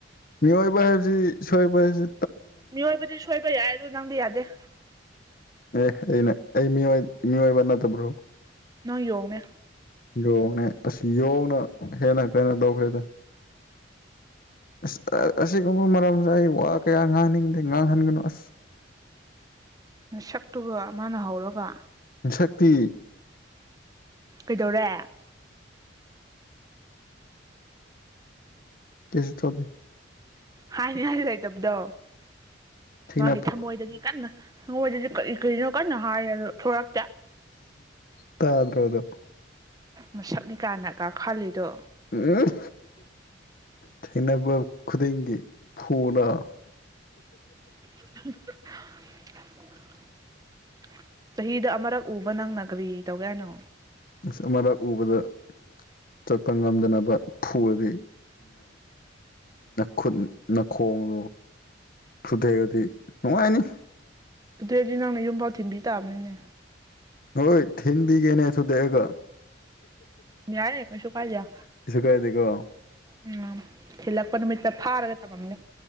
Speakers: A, on the left; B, on the right.
A: ꯃꯤ ꯑꯣꯏ ꯄꯥ ꯍꯥꯏꯖꯤ ꯁꯣꯏꯕꯦꯖꯤ
B: ꯃꯤꯑꯣꯏꯕꯗꯤ ꯁꯣꯏꯕ ꯌꯥꯏ ꯅꯪꯗꯤ ꯌꯥꯗꯦ
A: ꯑꯦ ꯑꯩꯅꯦ ꯑꯩ ꯃꯤꯑꯣꯏꯕ ꯅꯠꯇꯕ꯭ꯔꯣ
B: ꯅꯪ ꯌꯣꯡꯅꯦ
A: ꯌꯣꯡꯅꯦ ꯑꯁ ꯌꯣꯡꯅ ꯍꯦꯟꯅ ꯀꯩꯅꯣ ꯇꯧꯈ꯭ꯔꯦꯗ ꯑꯁ ꯑꯁꯤꯒꯨꯝꯕ ꯃꯔꯝꯁꯦ ꯑꯩ ꯋꯥ ꯀꯌꯥ ꯉꯥꯡꯅꯤꯡꯗꯦ ꯉꯥꯡꯍꯟꯒꯅꯨ ꯑꯁ
B: ꯅ ꯁꯛꯇꯨꯒ ꯃꯥꯅ ꯍꯧꯔꯒ
A: ꯃꯁꯛꯇꯤ
B: ꯀꯩꯗꯧꯔꯦ
A: ꯀꯁꯨ ꯇꯧ
B: ꯍꯥꯏꯅꯤ ꯍꯥꯏ ꯂꯥꯏꯇꯕꯗ
A: ꯊꯦꯡꯅ
B: ꯃꯥꯒꯤ ꯊꯃꯣꯏꯗꯗꯤ ꯀꯟꯅ ꯍꯧꯖꯤ <unintelligible> ꯀꯔꯤ ꯀꯔꯤꯅꯣ ꯀꯟꯅ ꯍꯥꯏꯣ ꯊꯣꯔꯛꯇꯦ
A: ꯇꯥꯗꯔꯣ ꯁꯨ
B: ꯃꯁꯛꯅꯤꯀꯥꯏꯅ ꯀꯥꯈꯜꯂꯤ ꯇꯣ
A: ꯎꯝ ꯊꯦꯡꯅꯕ ꯈꯨꯗꯤꯡꯒꯤ ꯐꯨꯅ
B: <inaudible> <unintelligible> ꯆꯍꯤꯗ ꯑꯃꯔꯛ ꯎꯕ ꯅꯪꯅꯒ꯭ꯔꯤ ꯇꯧꯒ ꯍꯥꯌꯅꯣ
A: ꯑꯁ ꯑꯃꯛ ꯎꯕꯗ ꯆꯠꯄ ꯉꯝꯗꯅꯕ ꯐꯨꯔꯗꯤ ꯈꯨꯠ ꯅꯥꯈꯣꯡꯗꯣ ꯊꯨꯊꯦꯛꯑꯗꯤ ꯅꯨꯡꯉꯥꯏꯅꯤ
B: ꯑꯗꯨꯏꯗꯤ ꯅꯪꯅ ꯌꯨꯝꯐꯥꯎ ꯊꯤꯟꯕꯤ ꯇꯥꯕꯅꯤꯅꯦ
A: ꯍꯣꯏ ꯊꯤꯟꯕꯤꯒꯦꯅꯦ ꯑꯗꯨꯗꯤ ꯑꯩꯒ
B: ꯌꯥꯔꯦ ꯀꯁꯨ ꯀꯥꯏꯗ
A: ꯀꯩꯁꯨ ꯀꯥꯏꯗꯦꯀꯣ
B: ꯎꯝ ꯊꯂꯒꯄ ꯅꯨꯃꯤꯠꯇ ꯐꯔꯒ ꯊꯥꯕꯝꯒꯦ